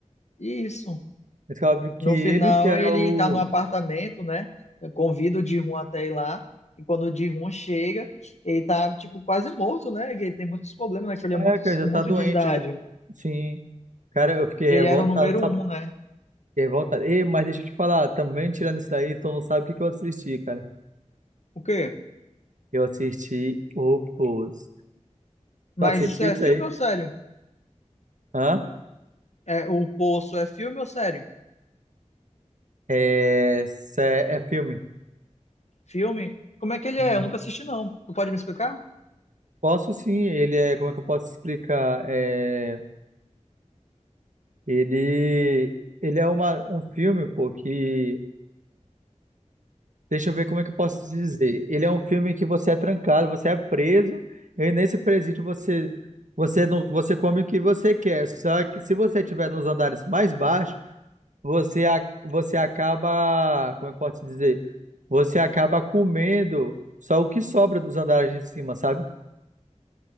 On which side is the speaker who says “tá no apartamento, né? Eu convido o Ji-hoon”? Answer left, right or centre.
Left